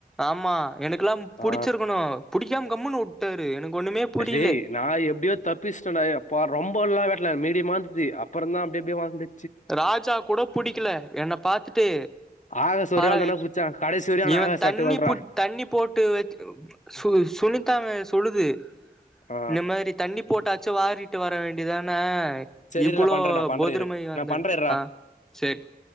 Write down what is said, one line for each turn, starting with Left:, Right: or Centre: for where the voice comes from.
Centre: ஆமா எனக்குலாம் புடிச்சிருக்கணு
Left: ஆ
Centre: புடிக்காம கம்முன்னு வுட்டாரு எனக்கு ஒண்ணுமே புரியல
Left: அசேய் நா எப்டியோ தப்பிஸ்டன் டா எப்பா ரொம்பல்லா வெட்டல மீடியமா இருந்தது அப்பறந் தா அப்டி அப்டியே வாழ்ந்து
Centre: ராஜா கூட புடிக்கல என்ன பாத்துட்டு
Left: ஆகாஸ் ஒரே
Centre: பர
Left: ஆள் தான்டா புச்சா கடைசி வரையு அவன
Centre: இவன்
Left: ஆகாஸ்
Centre: தண்ணி
Left: வர்டு வல்றா
Centre: பு தண்ணி போட்டு வச்ச சு சுனித்தானு சொல்லுது
Left: ஆ
Centre: இந்த மாரி தண்ணி போட்டாச்சு வாரிட்டு வர வேண்டிதான
Left: செரி
Centre: இப்பளோ
Left: இரு நா பண்றே நா பண்றே
Centre: போதிரமய
Left: இரு
Centre: வந்தன்ட்டு
Left: நா பண்றே இர்றா
Centre: அ சேர்